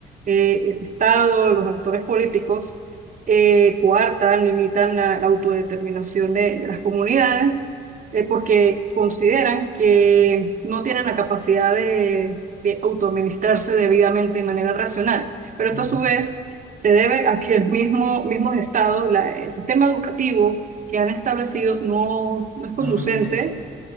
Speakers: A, on the right (about 40°); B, on the left (about 50°).
A: eh, el Estado, los actores políticos eh, coartan, limitan la, la autodeterminación de, de las comunidades eh, porque consideran que no tienen la capacidad de, de autoadministrarse debidamente de manera racional. Pero
B: Ujú,
A: esto a su vez se debe a que el mismo, mismos estados, la- el sistema educativo que han establecido no, no es conducente,
B: No lo permite.